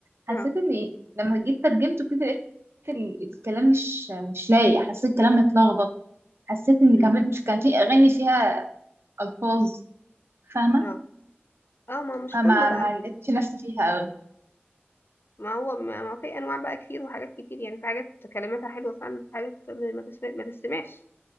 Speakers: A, on the right (about 70°); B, on the left (about 60°).
A: حسيت
B: اه
A: ان إيه؟ لما جيت ترجمته كده لقيت ال- الكلام مش مش لايق حسيت الكلام متلخبط حسيت ان
B: أمم.
A: كان مش كان في اغاني فيها الفاظ فاهمه
B: اه اه ما مش
A: فما
B: كله بقى
A: ما لقيتش نفسي فيها قوي
B: ما هو ما ما في أنواع بقى كتير وحاجات كتير يعني في حاجات كلماتها حلوة فعلا في حاجات ما ما تسمع ما تسمعش